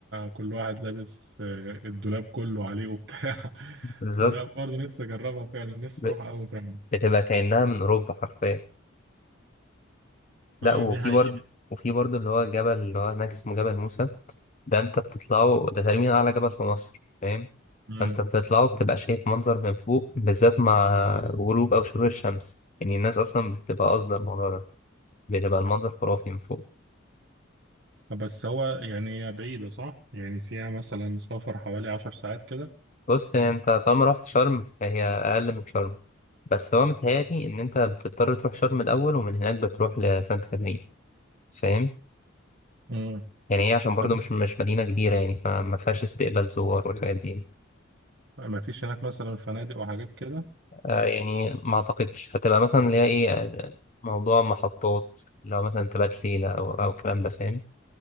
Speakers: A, on the right; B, on the left.
A: كل واحد لابس آه، الدولاب كله عليه وبتاع <laughs>
B: بالظبط
A: لا برضه نفسي اجربها فعلا نفسي
B: ب-
A: اروح قوي فعلا
B: بتبقى كأنها من أوروبا حرفيا لا
A: اه
B: وفي
A: دي حقيقة
B: برضه وفي برضه اللي هو جبل اللي هو هناك اسمه جبل موسى ده أنت بتطلعه ده تقريبا أعلى جبل في مصر فاهم
A: مم.
B: فأنت بتطلعه بتبقى شايف منظر من فوق بالذات مع غروب أو شروق الشمس يعني الناس أصلا بتبقى قاصدة الموضوع ده بتبقى المنظر خرافي من فوق
A: بس هو يعني هي بعيدة صح؟ يعني فيها مثلا سفر حوالي عشر ساعات كده
B: بص هي انت طالما رحت شرم فهي اقل من شرم بس هو متهيألي ان انت بتضطر تروح شرم الاول ومن هناك بتروح لسانت كاترين فاهم
A: مم.
B: يعني هي عشان برضو
A: طب
B: مش مش مدينه كبيره يعني فما فيهاش استقبال زوار والحاجات دي
A: ما فيش هناك مثلا فنادق وحاجات كده
B: آه يعني ما اعتقدش هتبقى مثلا اللي هي ايه آه، موضوع محطات اللي هو مثلا تبات ليله او او الكلام ده فاهم